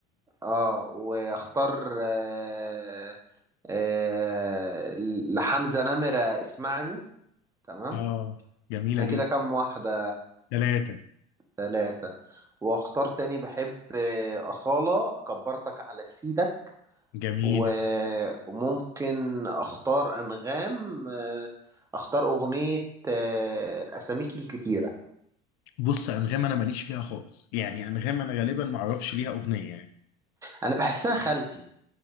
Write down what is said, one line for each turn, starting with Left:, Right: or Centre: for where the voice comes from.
Right: اه واختار آه... آه... لحمزة نمرة اسمعني تمام
Left: اه جميله
Right: انا
Left: جدا
Right: كده كام واحدة
Left: ثلاثه
Right: ثلاثة واختار تاني بحب آه، أصالة كبرتك على سيدك
Left: جميله
Right: و... وممكن اختار انغام آه، اختار اغنية آه، اساميك الكتيرة
Left: بص انغام انا ماليش فيها خالص يعني انغام انا غالبا ما اعرفش ليها اغنيه يعني
Right: انا بحسها خالتي